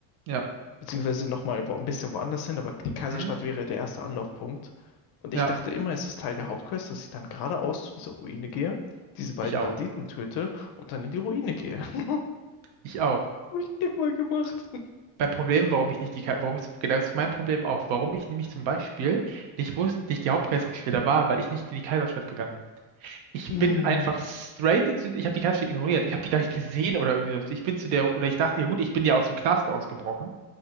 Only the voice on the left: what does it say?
Beziehungsweise nochmal wo, ein bisschen woanders hin, aber die Kaiserstadt
wäre der erste Anlaufpunkt. Und ich
dachte immer, es ist Teil der Hauptquest, dass ich dann geradeaus zu dieser Ruine gehe, diese beiden
Banditen töte und dann in die Ruine gehe. <laughs> Hab
ich immer gemacht. <laughs>
Mm.